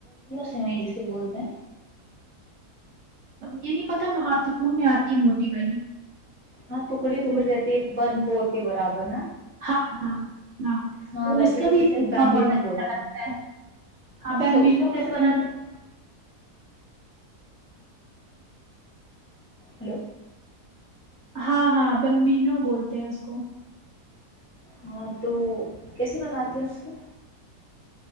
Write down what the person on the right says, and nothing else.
یہ نہیں پتا مہارتکڑوں میں آتی موٹی والی
تو
ہاں ہاں ہاں
اس کا
بھیا
بہت اچھا
لگتا
ہے ہاں
بمبینو
کمپنی
ہاں ہاں بمبینو بولتے ہیں اس کو